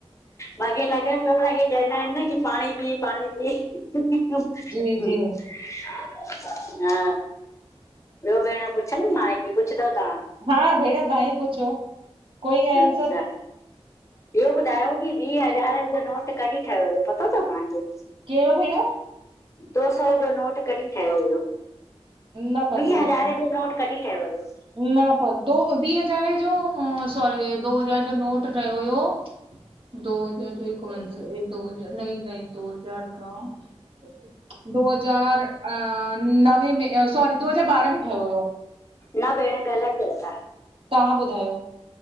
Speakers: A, on the left (about 30°); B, on the right (about 55°).
A: मांखे लॻे पियो उनखे चवंदा आहिन न, कि पाणी पी पाणी पी। <unintelligible>
B: जी जी
A: हा ॿियो भेण पुछां मां, कि पुछंदव तां?
B: हा भेण ता ई पुछो। कोई आंसर
A: अच्छा, इयो ॿुधायो की ॿीं
B: कहिड़ो
A: हज़ार जो नोट कॾहिं ठहियो हुयो, पतो तव तां खे?
B: केहिड़ेो भेण?
A: दो सौ जो नोट कॾहिं ठहियो हुयो,
B: न पतो
A: ॿी हज़ारे
B: भेण
A: जो नोट कॾहिं ठहियो हुयो?
B: न पतो, दो ॿीं हज़ारे जो सॉरी दो हज़ार जो नोट ठहियो हुयो दो हज़ार जो हिकु मिटं, दो हज़ार नईं नईं दो हज़ार खां दो हज़ार अ नवे में सॉरी, दो हज़ार बारा में ठहियो हुयो।
A: न भेण ग़लत चओ था।
B: तांहा ॿुधायो।